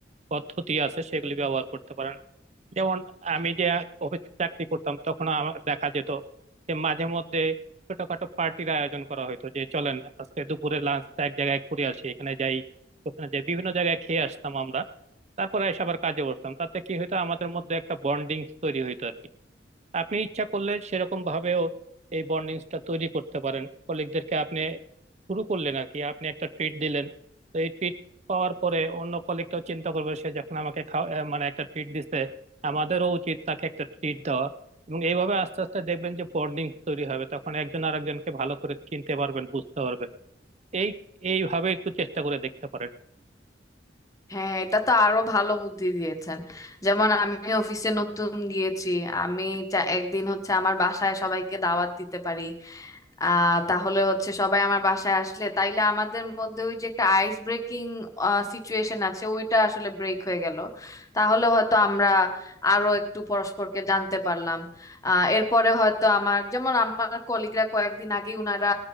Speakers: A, on the right (about 40°); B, on the left (about 20°).
A: পদ্ধতি আছে সেগুলি ব্যবহার করতে পারেন যেমন আমি যে অফিস চাকরি করতাম তখন আমার দেখা যেত যে মাঝে মধ্যে ছোটখাটো পার্টির আয়োজন করা হতো যে চলেন আজকে দুপুরে লাঞ্চটা এক জায়গায় ঘুরে আসি এখানে যাই ওখানে যাই বিভিন্ন জায়গায় খেয়ে আসতাম আমরা তারপরে এসে আবার কাজে বসতাম তাতে কি হতো আমাদের মধ্যে একটা বন্ডিং তৈরি হইতো আর কি। আপনি ইচ্ছা করলে সেরকম ভাবেও এই বন্ডিংসটা তৈরি করতে পারেন কলিগদেরকে আপনি শুরু করলেন আর কি আপনি একটা ট্রিট দিলেন তো এই ট্রিট পাওয়ার পরে অন্য কলিগটাও চিন্তা করবে সে যখন আমাকে খাওয়া আহ, মানে একটা ট্রিট দিছে আমাদেরও উচিত তাকে একটা ট্রিট দেওয়া এবং এইভাবে আস্তে আস্তে দেখবেন যে বন্ডিং তৈরি হবে তখন একজন আরেকজনকে ভালো করে চিনতে পারবেন বুঝতে পারবেন এই এইভাবে একটু চেষ্টা করে দেখতে পারেন
B: হ্যাঁ এটা তো আরো ভালো বুদ্ধি দিয়েছেন যেমন আমি অফিসে নতুন গিয়েছি আমি চা- একদিন হচ্ছে আমার বাসায় সবাইকে দাওয়াত দিতে পারি আহ তাহলে হচ্ছে সবাই আমার বাসায় আসলে তাইলে আমাদের মধ্যে ওই যে একটা আইস ব্রেকিং সিচুয়েশন আছে ওইটা আসলে ব্রেক হয়ে গেল তাহলে হয়তো আমরা আরো একটু পরস্পরকে জানতে পারলাম আহ এরপরে হয়তো আমার যেমন আমার কলিগরা কয়েকদিন আগে উনারা